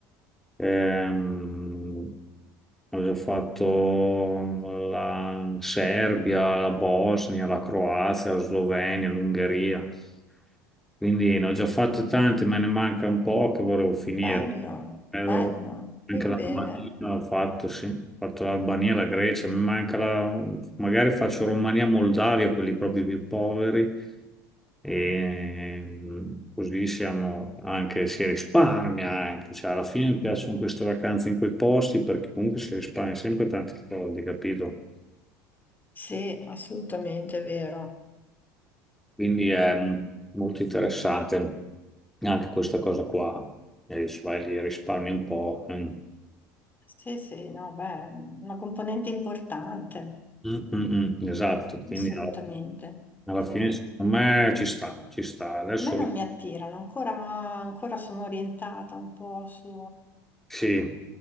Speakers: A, in the centre; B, on the left (about 20°).
A: Ehm, avevo fatto la Serbia, la Bosnia, la Croazia, la Slovenia, l'Ungheria. Quindi ne ho già fatte tante, me ne manca un po' che volevo finire.
B: Bello,
A: Ero-
B: bello,
A: Anche
B: vai
A: l'Albania
B: bene.
A: l'ho fatto, sì. Ho fatto l'Albania, la Grecia, mi manca la... magari faccio Romania, Moldavia, quelli proprio più poveri e mh, così siamo anche, si risparmia anche, cioè alla fine mi piacciono queste vacanze in quei posti perché comunque si risparmia sempre tanti soldi, capito?
B: Sì, assolutamente è vero.
A: Quindi è mh, molto interessante anche questa cosa qua, e dici vai lì risparmi un po'. mm.
B: Sì, sì, no, beh, una componente importante,
A: Mm, mm, mm, esatto, quindi
B: assolutamente.
A: alla alla
B: Sì.
A: fine
B: A
A: secondo me ci sta, ci sta. Adesso
B: me non mi attirano, ancora, ancora sono orientata un po' su,
A: sì,